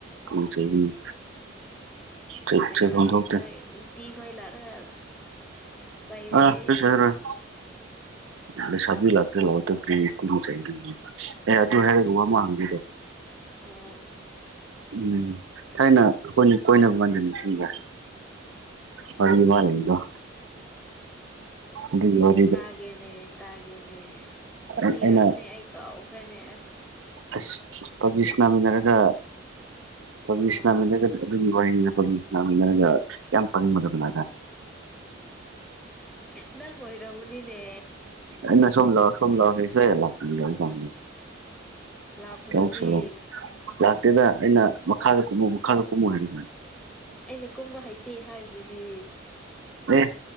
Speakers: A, on the right; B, in the centre.
A: ꯄꯨꯡ ꯆꯩꯒꯅꯤ꯫ ꯆꯩ
B: ꯂꯩꯁꯥꯕꯤ
A: ꯆꯩꯐꯝ ꯊꯣꯛꯇꯦ
B: ꯈꯣꯏ ꯅꯨꯄꯤꯈꯣꯏ ꯂꯥꯛꯔꯒ ꯆꯩꯔꯗꯤ꯫
A: ꯑꯥ ꯀꯩꯁꯨ ꯍꯥꯏꯔꯣꯏ ꯂꯩꯁꯥꯕꯤ ꯂꯥꯛꯀꯦ ꯂꯥꯛꯑꯣꯏꯇꯣꯛ ꯀꯔꯤ ꯇꯤꯉꯣꯛꯆꯥꯏ ꯗꯨꯕꯨ ꯑꯦ ꯑꯗꯨ ꯍꯥꯏꯔꯒ ꯋꯥ ꯑꯃ ꯍꯪꯒꯦꯀꯣ
B: ꯑꯣ
A: ꯎꯝ ꯊꯥꯏꯅ ꯑꯈꯣꯏꯅꯤ ꯀꯣꯏꯅꯕ ꯃꯕꯅꯤꯗꯨ ꯅꯤꯡꯁꯤꯡꯕ꯭ꯔꯥ ꯋꯥꯔꯤ ꯑꯃ ꯂꯩꯌꯤꯗꯣ꯫ <unintelligible>
B: ꯇꯥꯒꯦꯅꯦ ꯇꯥꯒꯦꯅꯦ
A: ꯑꯩꯅ
B: ꯂꯤꯔꯛꯎꯅꯦ ꯑꯩ ꯀꯥꯎꯈ꯭ꯔꯦꯅꯦ ꯑꯁ
A: ꯑꯁ ꯄꯕꯖꯤ ꯁꯥꯟꯅꯃꯤꯟꯅꯔꯒ ꯄꯕꯤ
B: ꯑꯥ
A: ꯁꯥꯟꯅꯃꯤꯟꯅꯒ ꯑꯗꯨꯒꯤ ꯋꯥꯔꯤꯅꯤꯅ ꯄꯕꯤ ꯁꯥꯟꯅꯃꯤꯅꯔꯒ ꯌꯥꯝ ꯄꯪꯕꯗꯨꯒꯤꯅꯥꯏ ꯇꯥꯏ
B: ꯅꯪ ꯑꯣꯏꯔꯝꯃꯅꯤꯅꯦ꯫
A: ꯑꯩꯅ ꯁꯣꯝꯂꯥꯎ ꯁꯣꯝꯂꯥꯎ ꯍꯥꯏ ꯁꯨꯌ ꯂꯥꯛꯇꯦ꯫
B: ꯂꯥꯛꯄꯗꯨꯗꯤ
A: ꯆꯧ ꯁꯣꯔꯣꯛ ꯂꯥꯛꯇꯦꯗ ꯑꯩꯅ ꯃꯈꯥꯗ ꯀꯨꯝꯃꯨ ꯃꯈꯥꯗ ꯀꯨꯝꯃꯨ ꯍꯥꯏꯔꯤ ꯗꯨꯃꯥꯏꯟ
B: ꯑꯩꯅ ꯀꯨꯝꯕ ꯍꯩꯇꯦ ꯍꯥꯏꯕꯗꯨꯗꯤ꯫
A: ꯑꯦ